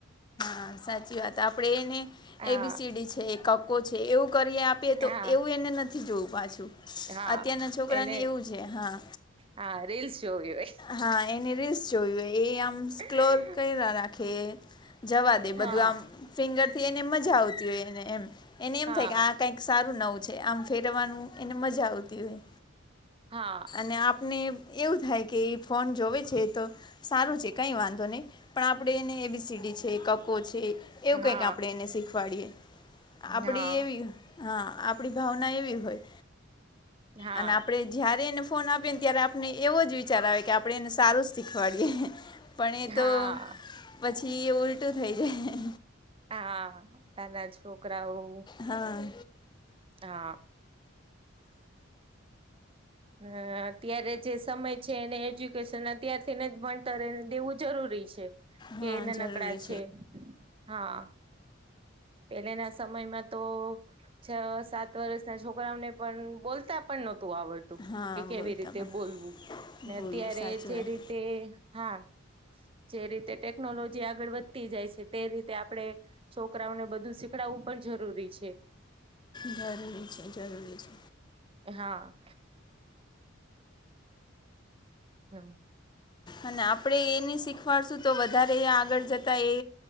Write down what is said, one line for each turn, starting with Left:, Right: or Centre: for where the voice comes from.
Left: હા સાચી વાત. આપડે એને.
Right: હા
Left: એ બીસીડી છે. કકો છે. એવું કરી આપીએ તો,
Right: હા
Left: એવું એને નથી જોવું પાછું.
Right: હા
Left: અત્યારના છોકરા
Right: એને
Left: ને એવું છે હા
Right: હા રીલસ જોવી હોયે
Left: હા એને રીસ જોયું હો એ આમ
Right: હોય
Left: સ્ક્લોર કઇરા રાખે જવા દે બધું
Right: હા
Left: આમ ફિંગર થી એને મજા આવતી હોયને એમ એને એમ
Right: હા
Left: થાય કે આ કઈક સારું નવું છે આમ ફેરવવાનું એને મજા આવતી હોય
Right: હા
Left: અને આપને એવું થાય કે એ ફોન જોવે છે તો સારું છે કઈ વાંધો નહી પણ આપણેે એને એબીસીડી છે કકકો છે. એવું
Right: હા
Left: કઈક આપણેે એને શીખવાડીએ આપડી
Right: હા
Left: એવી હા આપડી ભાવના એવી હોય
Right: હા
Left: અને આપણેે જયારે એને ફોન આપીએ ને ત્યારે આપને એવો જ વિચાર આવે કે આપણે એને સારું શીખવાડીએ. પણ એ
Right: હા
Left: તો પછી એ ઉલટું થઈ જાય.
Right: હા નાના છોકરાઓ
Left: હા
Right: હા હ અત્યારે જે સમય છે એને, એજ્યુકેશન અત્યારથીને જ ભણતરને દેવું જ જરૂરી છે. કે
Left: હા
Right: એને
Left: જરૂરી
Right: નકડા છે. હા પેલેના સમયમાં તો છ સાત વર્ષના છોકરાઓને પણ, બોલતા પણ નહોતું આવડતું.
Left: હા
Right: કે કેવી
Left: બોલતા
Right: રીતે,
Left: પણ
Right: બોલવું ને
Left: બોલવું
Right: અત્યારે
Left: સાચી
Right: જે
Left: વાત
Right: રીતે હા જે રીતે ટેકનોલોજી આગળ વધતી જાય છે. તે રીતે આપણે છોકરાઓને બધું શીખડવું પણ જરૂરી છે.
Left: જરૂરી છે જરૂરી છે.
Right: હા! હા!
Left: અને આપણે એને શીખવાડશું તો વધારે આગળ જતા એ